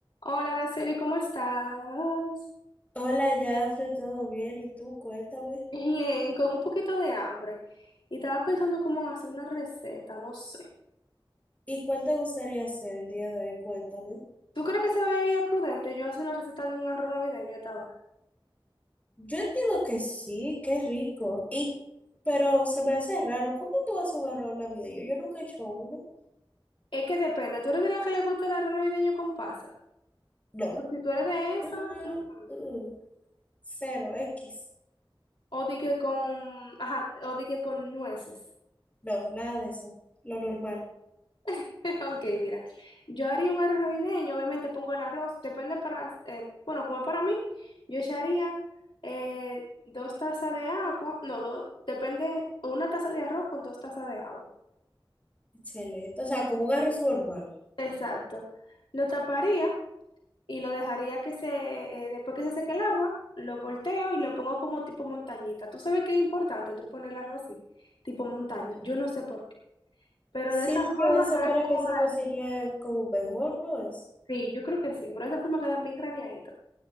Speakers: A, on the left (about 70°); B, on the left (about 15°).
A: Hola, Araceli, ¿cómo estás?
B: Hola, Jafre, ¿todo bien? ¿Y tú? Cuéntame.
A: Bien, con un poquito de hambre. Y estaba pensando cómo en hacer una receta, no sé.
B: ¿Y cuál te gustaría hacer el día de hoy? Cuéntame.
A: ¿Tú crees que se vería prudente yo hacer una receta de un arroz navideño a esta hora?
B: Yo entiendo que sí, qué rico. Y, pero se me hace raro. ¿Cómo tú has un arroz en la vida? Yo, yo nunca he hecho uno.
A: Es que depende, ¿tú eres de la que le gusta el arroz navideño con pasa?
B: No.
A: Porque si tú eres de eso,
B: Mm,
A: mm,
B: mm, mm. cero, X.
A: o di que con, ajá, o di que con nueces.
B: No, nada de eso. Lo normal.
A: <laughs> Ok, mira, yo haría un arroz navideño, obviamente pongo el arroz, depende para, las- eh, bueno, como para mí, yo echaría eh, dos tazas de agua, no, dos, depende, o una taza de arroz con dos tazas de agua.
B: Excelente. O sea, como un arroz normal.
A: Exacto. Lo taparía y lo dejaría que se, eh, después que se seque el agua, lo volteo y lo pongo como tipo montañita. Tú sabes que es importante tú poner el arroz así, tipo montaña, yo no sé por qué, pero
B: Sí,
A: de esta
B: di que
A: forma
B: eso
A: queda
B: para
A: como,
B: que se
A: gran-
B: cocine como mejor, ¿no es?
A: sí, yo creo que sí, pero de esa forma quedan bien graneaditos.